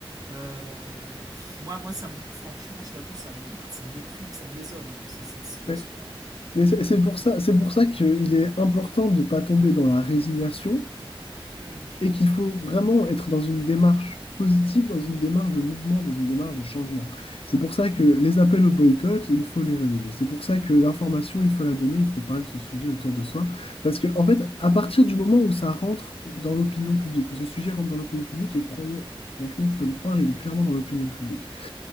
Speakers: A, on the right; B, on the left.
A: Euh, Pff, moi, moi ça me, franchement, je t'avoue, ça, me- bah, ça me déprime, ça me désole, hein, c- cette situation.
B: Mais, mais
A: Je
B: c'est
A: sais pas.
B: c'est
A: je-
B: pour ça, c'est pour ça qu'il est important de ne pas tomber dans la résignation
A: Hmm,
B: et qu'il faut vraiment être dans une démarche positive, dans une démarche de mouvement, dans une démarche de changement. C'est pour ça que les appels au boycott, il faut les relayer. C'est pour ça que l'information, il faut la donner, il faut parler de ce sujet autour de soi. Parce que, en
A: hmm,
B: fait, à partir du moment où ça rentre dans l'opinion publique, où ce sujet rentre dans l'opinion publique, et crois-moi, franchement, tu peux me croire, il est clairement dans l'opinion publique